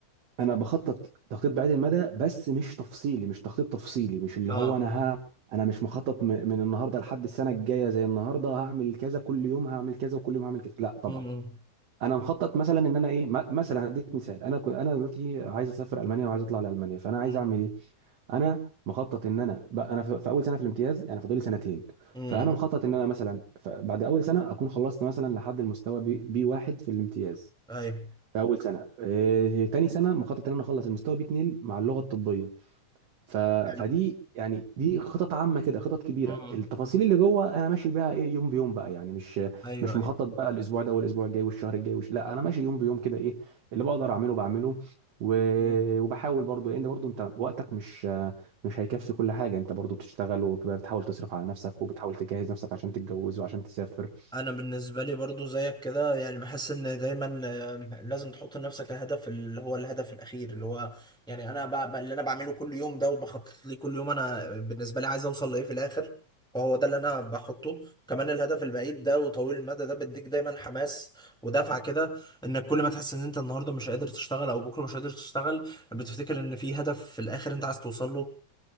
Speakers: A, on the right; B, in the centre.
A: انا بخطط تخطيط بعيد المدى بس مش تفصيلي مش تخطيط تفصيلي مش اللي
B: اه
A: هو انا ها انا مش مخطط م- من النهارده لحد السنه الجايه زي النهارده هعمل كذا كل يوم هعمل كذا وكل يوم هعمل كذا لا طبعا
B: امم
A: انا مخطط مثلا ان انا ايه م- مثلا هديك مثال انا كنت انا دلوقتي عايز اسافر المانيا وعايز اطلع لالمانيا فانا عايز
B: امم
A: اعمل ايه انا مخطط ان انا بقى انا في في اول سنه في الامتياز يعني فاضل لي سنتين
B: امم
A: فانا مخطط ان انا مثلا ف- بعد اول سنه اكون خلصت مثلا لحد المستوى بي بي واحد في الامتياز
B: ايوه
A: في اول سنه آه، تاني سنه مخطط ان انا اخلص المستوى بي 2 مع اللغه الطبيه ف...
B: حلو.
A: فدي يعني دي خطط عامه كده خطط كبيره
B: امم
A: التفاصيل اللي جوه انا ماشي بيها ايه يوم بيوم بقى يعني مش
B: ايوه
A: مش مخطط بقى الاسبوع ده والاسبوع الجاي والشهر الجاي وش... لا انا ماشي يوم بيوم كده ايه اللي بقدر اعمله بعمله و...
B: ايوه
A: وبحاول برضو لان برضو انت وقتك مش مش هيكفي كل حاجه انت برضو بتشتغل وبتحاول تصرف على نفسك وبتحاول تجهز نفسك عشان تتجوز وعشان تسافر
B: انا بالنسبه لي برضو زيك كده يعني بحس ان دايما آه، لازم تحط لنفسك الهدف اللي هو الهدف الاخير اللي هو يعني انا ب- ب- اللي انا بعمله كل يوم ده وبخطط ليه كل يوم انا بالنسبه لي عايز اوصل لايه في الاخر فهو ده اللي انا بحطه كمان الهدف البعيد ده وطويل المدى ده بيديك دايما حماس ودفعه كده انك كل ما تحس ان انت النهارده مش قادر تشتغل او بكره مش قادر تشتغل بتفتكر ان في هدف في الاخر انت عايز توصل له